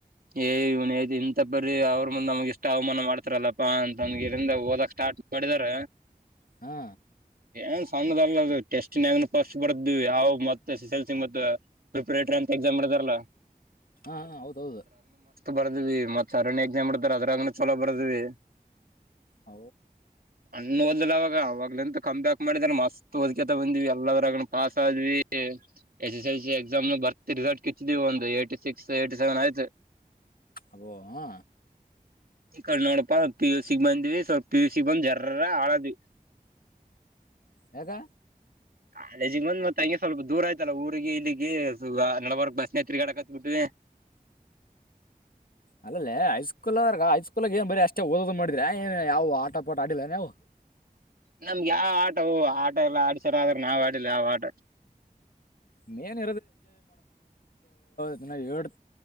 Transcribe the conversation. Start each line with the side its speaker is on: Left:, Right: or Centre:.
Right: ಏ ಇವನ ಐ ಇಂತ ಬರೀ ಅವ್ರರು ಮುಂದ್ ನಮ್ಗೆ ಇಷ್ಟ ಅವಮಾನ ಮಾಡ್ತಾರಲ್ಲಪ್ಪಾ ಅಂತಂದ ಇರಿಂದ ಓದಕ್ ಸ್ಟಾರ್ಟ್ ಬಡಿದಾರ
Left: ಹಾ
Right: ಏನ್ ಸ್ಣದ ಅಲ್ಲ ಅದು ಟೆಸ್ಟ್ಗ ಪಫಸ್ಟ್ ಬರ್ದುು ಯಾವ ಮತ್ತ ಎಸ್ ಎಸ್ ಎಲ್ ಸಿ ಮ ಪ್ರಿಪರೇಟರಿ ಅಂತ ಎಕ್ಸಾಮ್ ಇರದಾರಲ್ಲ
Left: ಹಾ ಹ ಹೌದೌದು
Right: ಬರ್ದ್ವಿ ಮತ್ತತ್ ಸರಣ್ಯ ಎಕ್ಸಾಮ್ ಇಡ್ತಾರೆ ಅದ್ರಾಗನ ಚಲೋ ಬರ್ದಿವವಿ
Left: ಹ
Right: ಇ ಓದ್ಲ್ಲವಾಗ ಅವಾಗ್ಂತ ಕಂಬ್ಯಾಕ್ ಮಾಡಿದ್ರ ಮಸ್ತ್ಓದ ಬಂದ್ವಿ ಎಲ್ಲರಗ ಪಾಸ್ ಆದ್ವಿ S S L C exam ನ ಬರ್ತಿ ರಿಸಲ್ಟ್ ಕಿಚ್ಚಿದಿವವಿ ಒಂದ ಎಂಟ್ಯಾಸಿಕ್ಸ್ ಹೆಟಿಸೆವೆನ್ ಆಯ್ತು ಸವೆನ್ ಆಯತು
Left: ಅಬೋ ಹಾ
Right: ಈ ಕ ನೋಡಪಾ ಸ್ ಪಿ ಯು ಸಿಗ್ ಬಂದ್ವಿ ಸ್ವಲ್ಪ ಪಿ ಯು ಸಿಿಗೆಗ್ ಬಂದ್ ಜರರ ಆಳದ್ವಿ
Left: ಹಗ
Right: ಕಾಲೇಜಿಗೆಗ್ ಬಂದ ಮತ್ತತ್ೆ ಹಂಗೆ ಸ್ವಲ್ಪ ದೂರ ಆಯ್ತಲ್ಲಾ ಊರಿಗೆ ಇಲ್ಲಿಗೆ ಸುಗ ನಡವರ್ಕ್ ಬಸ್ನೆ ತಿರ್ಗಾಡಕತ್ ಬಿಿಟ್ಟವಿ
Left: ಅಲ್ಲಲ್ಲೇ ಹಐಸ್ಕೂಲ್ಂದ್ರಾಗ ಹಐಸ್ಕೂಲ್ಗ ಏನ್ ಬರಿೀ ಅಷ್ಟೇ ಓದೋದು್ ಮಾಡಿದ್ರ ಏ ಯಾವವು ಆಟಪಾಟ ಆಡಿಿಲ್ಲ ನಾವು
Right: ನಮ್ಗೆ ಯಾವ ಆಟ ಆಟ ಎಲ್ಲ ಆಡ್ಸಾರ ಆದ್ರ ನಾವ್ ಆಡಿಿಲ್ಲ ಯಾವ ಆಟ
Left: ಮೇನ್ ಇದನ್ನ ಹೇಳಳ್